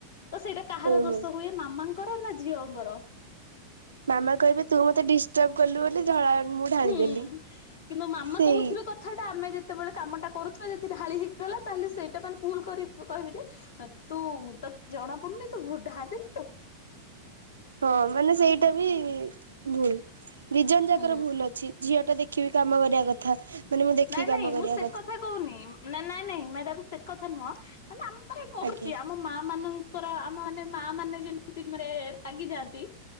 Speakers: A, on the left (about 60°); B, on the right (about 70°).
A: ତ ସେଇଟା କାହାର
B: ଓହୋ
A: ଦୋଷ ହୁଏ। ମାମାଙ୍କର ନା ଝିଅଙ୍କର।
B: ମାମା କହିବେ ତୁ ମତେ ଡିଷ୍ଟପ କଲୁ ବୋଲି ଝଳ ମୁଁ ଢାଳିଦେଲି
A: ହୁଁ କିନ୍ତୁ ମାମା
B: ସେଇ।
A: କହୁଥିବେ କଥାଟା ଆମେ ଯେତେବେଳେ କାମଟା କରୁଥିବା ଯଦି ଢାଳି ହେଇଗଲା ତାହେଲେ ସେଇଟା ମାନେ ଭୁଲ କରିବି କହିବେ ଯେ ତୁ ତତେ ଜଣା ପଡୁନି ତୁ ଢାହା ଦେଲ ତୁ
B: ହଁ ମାନେ ସେଇଟା ବି ଭୁଲ ଦି ଜଣ ଯାକର
A: ହୁଁ
B: ଭୁଲ ଅଛି ଝିଅ ଟା ଦେଖିବି କାମ କରିବା କଥା। ମାନେ ମୁଁ ଦେଖିକି
A: ନାଇଁ ନାଇଁ
B: କାମ କରିବା
A: ମୁଁ ସେ କଥା କହୁନି। ନାଇ ନାଇଁ ନାଇଁ ମ୍ୟାଡାମ ସେ କଥା ନୁହଁ ମାନେ ଆମର କହୁଛି
B: ଆଜ୍ଞା
A: ଆମ ମା ମାନେ ଙ୍କର ଆମ ମାନେ ମା ମାନେ ଯେମିତି ମାନେ ରାଗିଯାଆନ୍ତି।